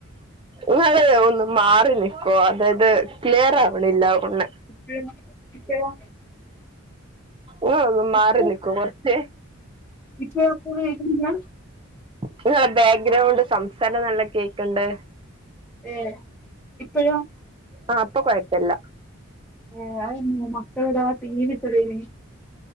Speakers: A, on the right; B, in the centre.
A: ഉം ഒന്ന് മാറ്റ നിക്കോ അതായ അത് ക്ലിയർ ആവ്ണില്ല ഒണ്
B: ഇപ്പഴോ
A: ഓ മാറി
B: ഇപ്പഴോ
A: നിക്കോ കൊറച്ച്
B: ഇപ്പഴോ അപ്പോ കേക്കുന്നില്ല
A: നിങ്ങളുടെ ബാക്ക്ഗ്രൗണ്ട് സംസാരം നല്ല കേക്ക്ണ്ട്
B: ഏഹ് ഇപ്പഴോ
A: ആ ഇപ്പൊ കൊഴപ്പല്ല
B: ഏഹ് അത് മക്കളെടാ ടി വി ഇട്ടതയ്നിം